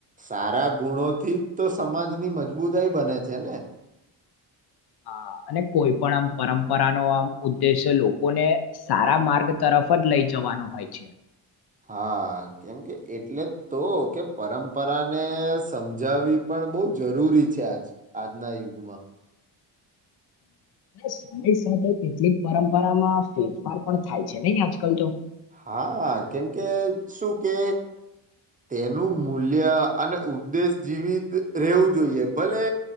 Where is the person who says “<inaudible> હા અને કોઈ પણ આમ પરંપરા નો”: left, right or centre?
Left